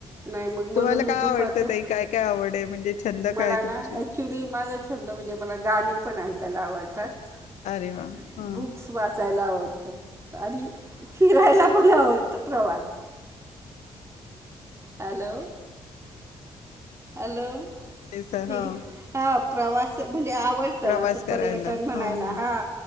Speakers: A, on the right (about 25°); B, on the left (about 75°).
A: नाही मग म्हणून
B: तुम्हाला
A: मी
B: काय
A: दुपचे
B: आवडतं ताई? काय-काय आवड आहे? म्हणजे छंद
A: मला
B: काय आहे
A: ना
B: तुमचे?
A: ॲक्च्युली माझा छंद म्हणजे मला गाणी पण ऐकायला आवड तर
B: अरे वाह!
A: हम्म
B: हां,
A: बुक्स वाचायला आवड त आणि फिरायला पण आवडतं प्रवास. हॅलो. हॅलो.
B: तेच तर
A: हे
B: हां,
A: घे टाप. प्रवास म्हणजे आवडतं
B: प्रवास
A: असं
B: करायला.
A: पर्यटन म्हणायला
B: हां, हां.
A: हा